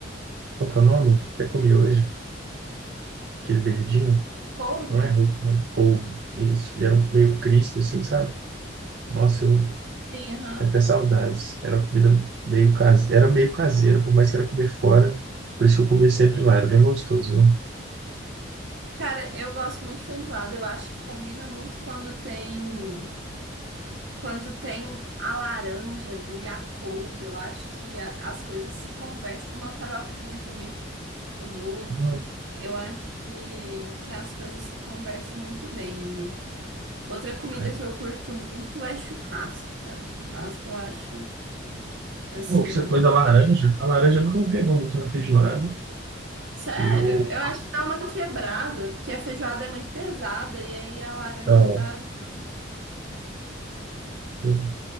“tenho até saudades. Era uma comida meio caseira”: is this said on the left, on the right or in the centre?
Right